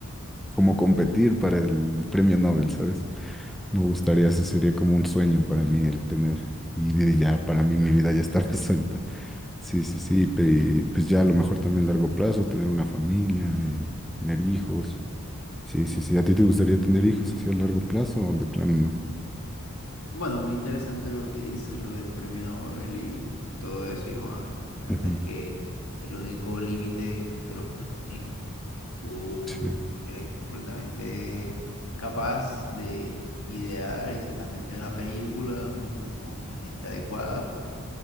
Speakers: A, in the centre; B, on the left (about 85°).
A: como competir para el premio Nobel, ¿sabes? Me gustaría, eso sería como un sueño para mí el tener, y ya para mí mi vida ya está <laughs> resuelta. Sí, sí, sí, pe- pues ya a lo mejor también a largo plazo, tener una familia, eh, tener hijos. Sí, sí, sí. ¿A ti te gustaría tener hijos hacia a largo plazo o de plano no?
B: Bueno, muy interesante lo que dices, lo del premio Nobel y todo eso. Y joa, la verdad
A: Ujú,
B: es que el único límite, pues te lo pones tú mismo. Tú
A: Sí.
B: eres completamente capaz de idear y si estás metido en la película junto con la gente adecuada, pues